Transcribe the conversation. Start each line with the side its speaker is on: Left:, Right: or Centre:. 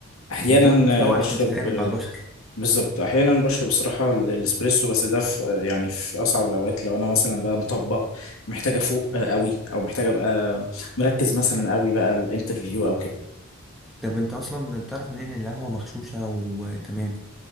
Left: أحيانا
Centre: بالظبط فهو
Left: آه، بشرب
Centre: عشان تتعامل مع البشر
Left: بالظبط احيانا بشرب الصراحه ال- الاسبريسو بس ده في يعني في اصعب الاوقات لو انا مثلا بقى مطبق محتاجه افوق آه، قوي او محتاجه ابقى مركز مثلا قوي بقى الانترفيو او كده
Centre: طب انت اصلا بتعرف منين ان القهوة مغشوشة وتمام